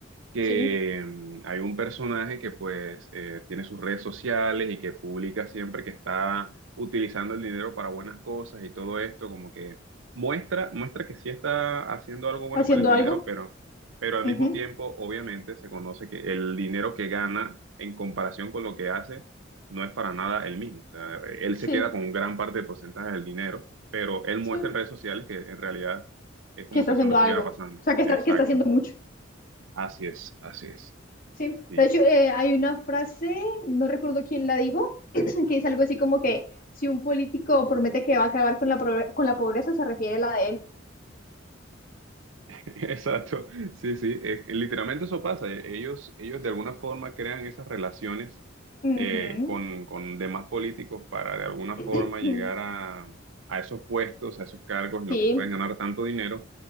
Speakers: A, on the right; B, on the left.
A: que
B: sí,
A: mm, hay un personaje que pues eh, tiene sus redes sociales y que publica siempre que está utilizando el dinero para buenas cosas y todo esto, como que muestra, muestra que sí está haciendo algo bueno
B: haciendo
A: con el dinero,
B: algo.
A: pero, pero al
B: Ujú,
A: mismo tiempo obviamente se conoce que el dinero que gana en comparación con lo que hace no es para nada el mismo. O sea, él se
B: sí,
A: queda con un gran parte del porcentaje del dinero, pero él muestra
B: sí,
A: en redes sociales que en realidad es como
B: que está
A: si eso
B: haciendo
A: no estuviera
B: algo.
A: pasando.
B: O sea, que
A: Exacto.
B: está, que está haciendo mucho.
A: Así es, así es.
B: Sí,
A: Sí,
B: de hecho, eh, hay una frase, no recuerdo quién la dijo, <clears throat> que dice algo así como que si un político promete que va a acabar con la, pro- con la pobreza, se refiere a la de él.
A: <laughs> exacto. Sí, sí. eh, literalmente eso pasa. eh, Ellos, ellos de alguna forma crean esas relaciones
B: Ujú,
A: eh, con, con demás políticos para de alguna forma
B: ujú,
A: llegar a, a esos puestos, a esos cargos en los
B: Sí.
A: que pueden ganar tanto dinero.